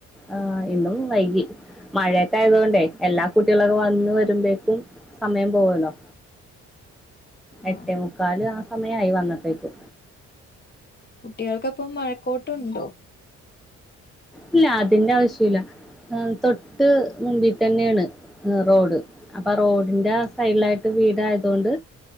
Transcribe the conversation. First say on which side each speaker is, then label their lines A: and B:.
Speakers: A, in the centre; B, on the left.
A: ആ ഇന്നും വൈകി മഴയൊക്കെ ആയതോണ്ടേ എല്ലാ കുട്ടികളൊക്കെ വന്ന് വരുമ്പേക്കും സമയം പോവല്ലോ
B: ആഹ്
A: എട്ടേ മുക്കാല് ആ സമയായി വന്നപ്പേക്ക്
B: കുട്ട്യാൾക്കപ്പം മഴക്കോട്ട്ണ്ടോ
A: ഇല്ല അതിന്റെ ആവശ്യല്ല തൊട്ട് മുമ്പി തന്നെണ് റോഡ് അപ്പൊ റോഡിന്റെ ആ സൈഡിലായിട്ട് വീടായതോണ്ട്